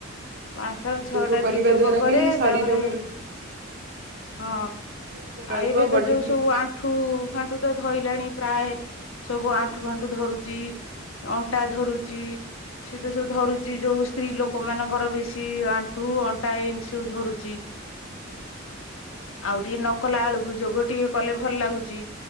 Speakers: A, on the left; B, on the right.
A: ପାଞ୍ଚଟା
B: ହଁ,
A: ର ଛଅଟା
B: ଯୋଗ କରିବା
A: ଟିକେ ଯୋଗ
B: ଦ୍ଵାରା
A: କରେ
B: ବି ଶରୀର
A: ତାପରେ
B: ଭଲ
A: ହଁ
B: ସୁସ୍ଥ ରହିବ
A: ଆଉ ଏବେ ତ
B: ବଡି
A: ଯୋଉ
B: ଠିକ
A: ସବୁ ଆ ଣ୍ଠୁ ଫାଣ୍ଠୁ ତ ଧଇଲାଣି ପ୍ରାୟ ସବୁ ଆଣ୍ଠୁ ଫାଣ୍ଠୁ, ଧରୁଚି ଅଣ୍ଟା ଧରୁଚି। ସେ ତ ସବୁ ଧରୁଚି ଯୋଉ ସ୍ତ୍ରୀ ଲୋକ ମାନଙ୍କର ବେଶୀ ଆଣ୍ଠୁ ଅଣ୍ଟା ଏମିତି ସବୁ ଧରୁଚି। ଆଉ ଟିକେ ନକଲା ଆଳକୁ ଯୋଗ ଟିକେ କଲେ ଭଲ ଲାଗୁଚି।